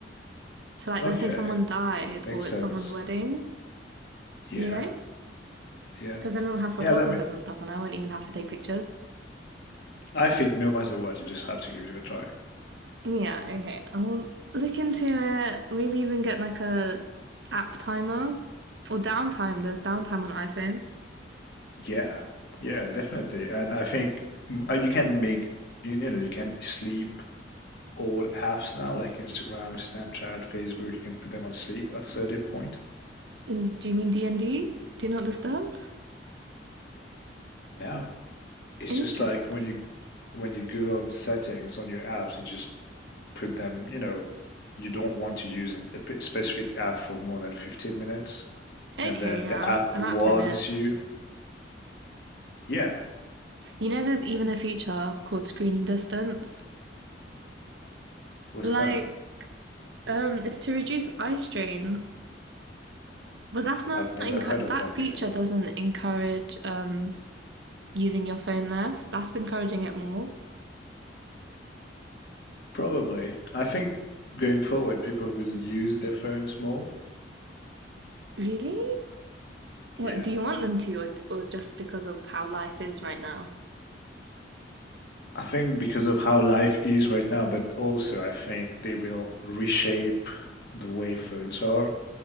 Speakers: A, on the right; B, on the left.
A: So like
B: Okay,
A: let's say someone died
B: makes
A: or
B: sense.
A: it's someone's wedding,
B: Yeah,
A: you know?
B: yeah.
A: Because then we'll have photographers
B: Yeah, that ma-
A: and stuff and I won't even have to take pictures.
B: I think no matter what, you just have to give it a try.
A: Yeah, okay. I'll look into it. Maybe even get like a app timer or downtime. There's downtime on iPhone.
B: Yeah. Yeah, definitely. And I think mm, uh, you can make you know, you can sleep all apps now like Instagram, Snapchat, Facebook, you can put them on sleep at certain point.
A: Mm, Do you mean D and D? Do not disturb?
B: No. It's
A: Interesting.
B: just like when you when you go on settings on your apps, you just put them, you know, you don't want to use an, a p- specific app for more than 15 minutes,
A: Okay,
B: and then
A: yeah,
B: the app
A: an
B: warns
A: app limit.
B: you. Yeah,
A: You know, there's even a feature called screen distance.
B: what's
A: Like,
B: that?
A: um, it's to reduce eye strain, but that's not
B: I've never
A: encu-
B: heard of
A: that
B: that before.
A: feature doesn't encourage um using your phone less. That's encouraging it more.
B: Probably. I think going forward, people will use their phones more.
A: Really? What
B: Yeah.
A: do you want them to, or, or just because of how life is right now?
B: I think because of how life is right now, but also I think they will reshape the way phones are.